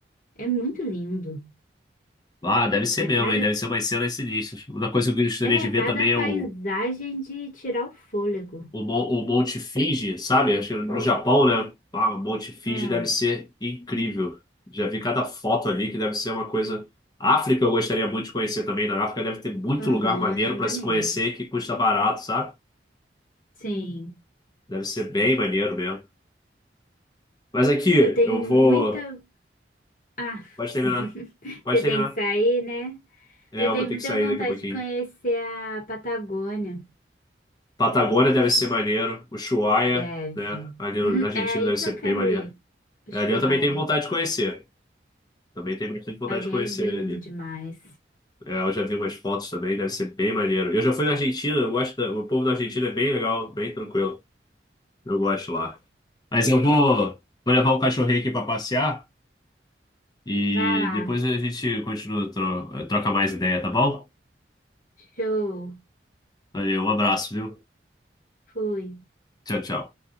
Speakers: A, on the left; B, on the left.
A: É muito lindo.
B: Ah, deve ser
A: É
B: mesmo,
A: cada,
B: hein? Deve ser umas cenas sinistras. Uma coisa que eu gostaria
A: é
B: de ver
A: cada
B: também
A: paisagem
B: é o
A: de tirar o fôlego.
B: O, Mon- o Monte Fuji, sabe? Acho que no Japão, né? Ah, o Monte Fuji
A: Ah,
B: deve ser incrível. Já vi cada foto ali que deve ser uma coisa. África eu gostaria muito de conhecer também. Na África deve ter muito
A: aham,
B: lugar maneiro
A: acho maneiro.
B: para se conhecer que custa barato, sabe?
A: Sim,
B: Deve ser bem maneiro mesmo. Mas aqui,
A: eu tenho
B: eu
A: muita.
B: vou.
A: Ah,
B: Pode terminar.
A: <laughs>
B: Pode
A: você
B: terminar.
A: tem que sair, né?
B: É,
A: Eu
B: eu
A: tenho
B: vou ter
A: muita
B: que sair
A: vontade
B: daqui a pouquinho.
A: de conhecer a Patagônia.
B: Patagônia deve ser maneiro. Ushuaia,
A: Deve.
B: né? Ali
A: Hum,
B: na Argentina
A: é aí
B: deve
A: que
B: ser
A: eu quero
B: bem maneiro.
A: ir. Ushuaia.
B: É, Ali eu também tenho vontade de conhecer. Também tenho bastante vontade
A: Ali
B: de conhecer
A: é lindo
B: ali.
A: demais.
B: É, eu já vi umas fotos também, deve ser bem maneiro. Eu já fui na Argentina, eu gosto da- o povo da Argentina é bem legal, bem tranquilo. Eu gosto lá. Mas eu vou, vou levar o cachorrinho aqui para passear e
A: Vai lá.
B: depois a gente continua, tro- troca mais ideia, tá bom?
A: Show.
B: Valeu, um abraço, viu?
A: Fui.
B: Tchau, tchau.